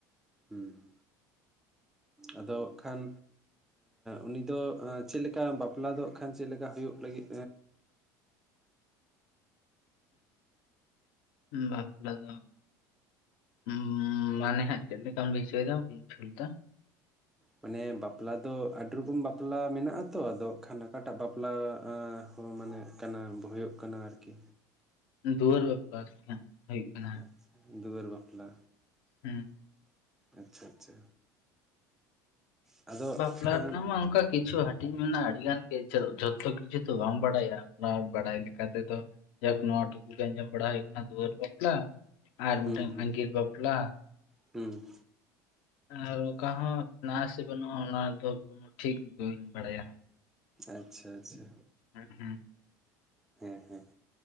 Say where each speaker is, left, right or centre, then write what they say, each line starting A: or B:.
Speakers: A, in the centre; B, on the left (about 75°).
A: ᱦᱩᱸ ᱟᱫᱚ ᱟᱠᱷᱟᱱᱼᱼ ᱩᱱᱤ ᱫᱚ ᱪᱮᱫ ᱞᱮᱠᱟ ᱵᱟᱯᱞᱟ ᱫᱚ ᱦᱟᱸᱜ-ᱠᱷᱟᱱ ᱪᱮᱫ ᱞᱮᱠᱟ ᱦᱩᱭᱩᱜ ᱞᱟᱹᱜᱤᱫᱼᱼ
B: ᱦᱩᱸ ᱵᱟᱯᱞᱟ ᱫᱚᱼᱼ ᱦᱩᱸ ᱢᱟᱱᱮ ᱦᱟᱸᱜ ᱪᱮᱫ ᱞᱮᱠᱟᱢ ᱦᱚᱪᱚᱭᱮᱫᱟ ᱵᱟᱹᱧ ᱵᱩᱡᱷᱟᱣ ᱞᱮᱫᱟ᱾
A: ᱢᱟᱱᱮ ᱵᱟᱯᱞᱟ ᱫᱚ ᱟᱹᱰᱤ ᱨᱚᱠᱚᱢ ᱵᱟᱯᱞᱟ ᱢᱮᱱᱟᱜᱼᱟ ᱛᱚ ᱟᱫᱚ ᱟᱠᱷᱟᱱ ᱚᱠᱟᱴᱟᱜ ᱵᱟᱯᱞᱟᱼᱼ ᱦᱚᱸ ᱢᱟᱱᱮ ᱠᱟᱱᱟ ᱦᱳᱭᱳᱜ ᱠᱟᱱᱟ ᱟᱨᱠᱤ᱾
B: ᱫᱩᱣᱟᱹᱨ ᱵᱟᱯᱟᱨ ᱟᱨᱠᱤ ᱦᱟᱸᱜ ᱦᱩᱭᱩᱜ ᱠᱟᱱᱟ᱾
A: ᱟᱪᱪᱷᱟ ᱫᱩᱣᱟᱹᱨ ᱵᱟᱯᱞᱟ᱾
B: ᱦᱩᱸ
A: ᱟᱪᱪᱷᱟ ᱟᱪᱪᱷᱟ᱾ ᱟᱫᱚ
B: ᱵᱟᱯᱞᱟ
A: ᱠᱷᱟᱱ
B: ᱨᱮᱱᱟᱜᱢᱟ ᱚᱱᱠᱟ ᱠᱤᱪᱩ ᱦᱟᱴᱼᱼ ᱴᱤᱧ ᱢᱮᱱᱟ ᱟᱹᱰᱤ ᱜᱟᱱ ᱜᱮ ᱡᱚᱛᱚ ᱠᱤᱪᱷᱩ ᱛᱚ ᱵᱟᱢ ᱵᱟᱲᱟᱭᱟ ᱚᱱᱟ ᱵᱟᱲᱟᱭ ᱞᱮᱠᱟ ᱛᱮᱫᱚᱼᱼ ᱡᱟᱭᱦᱳᱠ ᱱᱚᱣᱟ ᱴᱩᱠᱩ ᱜᱮ ᱟᱡᱚᱸᱢ ᱵᱟᱲᱟ ᱦᱩᱭ ᱠᱟᱱᱟ ᱫᱩᱣᱟᱹᱨ ᱵᱟᱯᱞᱟ ᱟᱨ
A: ᱦᱩᱸ
B: ᱢᱤᱫᱴᱟᱝ
A: ᱦᱩᱸ
B: ᱟᱸᱜᱤᱨ ᱵᱟᱯᱞᱟᱼᱼ
A: ᱦᱩᱸ
B: ᱟᱨ ᱚᱠᱟᱦᱚ ᱱᱟᱥᱮ ᱵᱟᱹᱱᱩᱜᱼᱟ ᱚᱱᱟ ᱫᱚ ᱠᱳᱱᱚ ᱴᱷᱤᱠ ᱵᱟᱹᱧ ᱵᱟᱲᱟᱭᱟ᱾
A: ᱟᱪᱪᱷᱟ ᱟᱪᱪᱷᱟ
B: ᱦᱮᱸ ᱦᱩᱸ
A: ᱦᱮᱸ ᱦᱮᱸ᱾